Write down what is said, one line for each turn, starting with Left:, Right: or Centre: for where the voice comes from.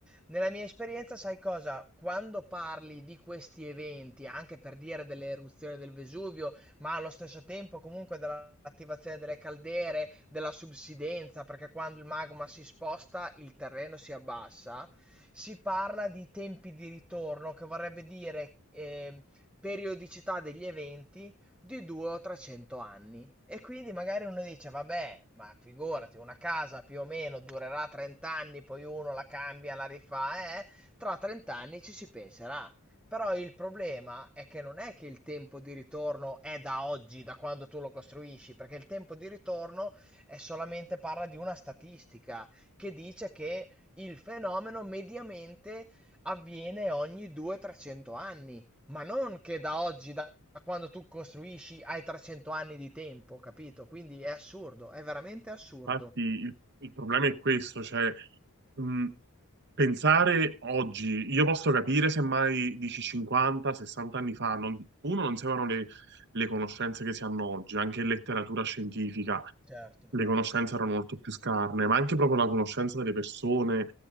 Centre: Nella mia esperienza, sai cosa? Quando parli di questi eventi, anche per dire delle eruzioni del Vesuvio, ma allo stesso tempo comunque dell'attivazione delle caldere, della subsidenza, perché quando il magma si sposta il terreno si abbassa, si parla di tempi di ritorno, che vorrebbe dire ehm, periodicità degli eventi di 200 o 300 anni. E quindi magari uno dice, vabbè, ma figurati, una casa più o meno durerà 30 anni, poi uno la cambia, la rifà, eh, tra 30 anni ci si penserà. Però il problema è che non è che il tempo di ritorno è da oggi, da quando tu lo costruisci, perché il tempo di ritorno è solamente parla di una statistica che dice che il fenomeno mediamente avviene ogni 200-300 anni, ma non che da oggi, da quando tu costruisci, hai 300 anni di tempo, capito? Quindi è assurdo, è veramente assurdo.
Right: Infatti, il, il problema è questo, cioè, mh, pensare oggi, io posso capire semmai dici 50, 60 anni fa, non- uno non si avevano le, le conoscenze che si hanno oggi, anche in letteratura scientifica,
Centre: Certo.
Right: le conoscenze erano molto più scarne, ma anche proprio la conoscenza delle persone,